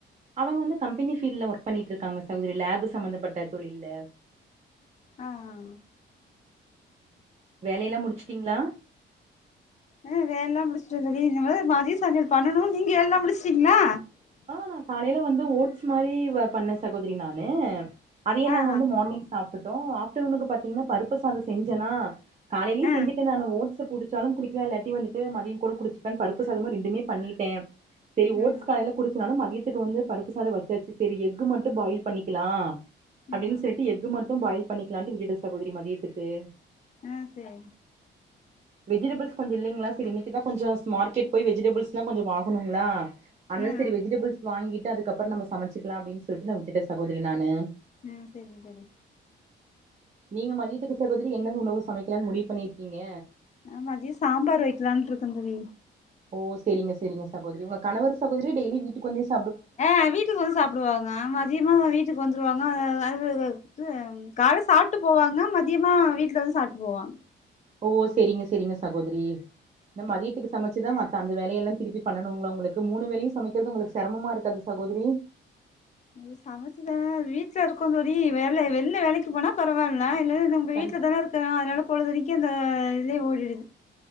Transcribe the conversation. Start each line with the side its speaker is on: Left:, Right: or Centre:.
Right: அவங்க வந்து கம்பெனி ஃபீல்ல ஒர்க் பண்ணிட்டு இருக்காங்க சகோதரி லேப் சம்பந்தப்பட்ட தொழில்ல
Left: ஆ ஆ
Right: வேலையெல்லா முடிச்சிட்டீங்ளா
Left: ஆ வேலல்லா முடிச்டே <unintelligible> இனிமே தா மதிய சமையல் பண்ணனு நீங்க எல்லா முடிச்டீங்ளா
Right: ஆ நா காலையில வந்து ஓட்ஸ் மாரி பண்ணே சகோதரி நானு அதையே
Left: ஆ
Right: நாங்க வந்து
Left: ஆ
Right: மார்னிங் சாப்ட்டுட்டோ ஆஃப்டனூக்கு பாத்தீங்கன்னா பருப்பு சாதம் செஞ்சேனா காலைலே
Left: ஆ
Right: செஞ்சுட்டே நானு ஓட்ஸ் ச குடிச்சாலு குடிக்கலா இல்லாட்டி வந்துட்டு மதியம் கூட குடிச்சுக்ளானு பருப்பு சாதமு ரெண்டுமே பண்ணிட்டே செரி
Left: ம்
Right: ஓட்ஸ் காலைல்ல குடிச்சனாலு மதியத்துக்கு வந்து பருப்பு சாதம் வச்சாச்சு செரி எஃகு மட்டு பாயில் பண்ணிக்லா அப்டின்னு
Left: ம்
Right: சொல்லிட்டு எஃகு மட்டு பாயில் பண்ணிக்லானு விட்டுடே சகோதரி மதியத்துக்கு
Left: ம் சேரி
Right: வெஜிடபிள்ஸ் கொஞ்சோ இல்லைங்ளா செரி இன்னைக்கிதா கொஞ்சோ ஸ் மார்க்கெட் போயி வெஜிடபிள்ஸ்ல்லா கொஞ்சோ வாங்கணுங்ளா அதா
Left: ஆ
Right: செரி வெஜிடபிள்ஸ் வாங்கி கிட்டு அதுக்கப்றோ நம்ம சமைச்சிக்கலா அப்டின்னு சொல்லிட்டு நா விட்டே சகோதரி நானு
Left: ம் செரி செரி
Right: நீங்க மதியத்துக்கு சகோதரி என்ன உணவு சமைக்கலானு முடிவு பண்ணியிருக்கீங்க
Left: நா மதியோ சாம்பார் வைக்கலான்ட்டுருக்கே தோழி
Right: ஓ செரிங்க செரி சகோதரி உங்க கணவர் சகோதரி டெய்லி வீட்டுக்கு வந்தே சாப்
Left: ஆ வீட்டுக்கு வந்து சாப்டுவாங்க மதியமே ஊ வீட்டுக்கு வந்துருவாங்க அது வே வே விட்டு கால்ல சாப்ட்டு போவாங்க மதியமா வீட்ல வந்து சாப்ட்டு போவாங்க
Right: ஓ செரிங்க செரிங்க சகோதரி இந்த மதியத்துக்கு நம்ம சிதம் அதத்தா இந்த வேலைல திருப்பி பண்ணணுங்ளா உங்களுக்கு மூணு வேலையு சமைக்கிறது உளுக்கு செரமமா இருக்காது சகோதரி
Left: அது சமைச்சுதானே வீட்ல இருக்க தோழி வேல வெளில வேலைக்கு போனா பரவாயில்ல இல்ல என்ன இப்ப
Right: கண்
Left: வீட்ல தானே இருக்க அதனால பொழுதனைக்கு அந்த இதுலே ஓடிடுது